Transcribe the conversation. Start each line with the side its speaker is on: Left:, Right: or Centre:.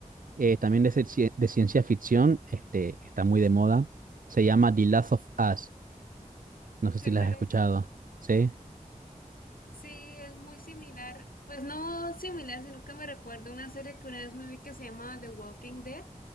Right: eh, también de, ci- de ciencia ficción, este, está muy de moda, se llama The Last of Us, no
Left: sé
Right: sé si la
Left: cuál
Right: has escuchado,
Left: es.
Right: ¿sí?
Left: Sí, es muy similar. Pues no similar, sino que me recuerda una serie que una vez me vi que se llama The Walking Dead.